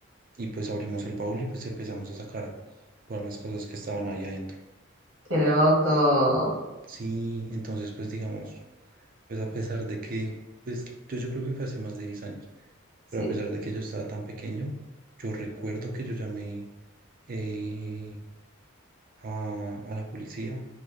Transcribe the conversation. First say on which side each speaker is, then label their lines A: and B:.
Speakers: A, on the right; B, on the right.
A: y pues abrimos el baúl y pues empezamos a sacar todas las cosas que estaban ahí adentro.
B: Qué loco.
A: Sí, entonces pues digamos, pues a pesar de que, pues yo, yo creo que fue hace más de 10 años,
B: Sí.
A: pero a pesar de que yo estaba tan pequeño, yo recuerdo que yo llamé eh, a, a la policía.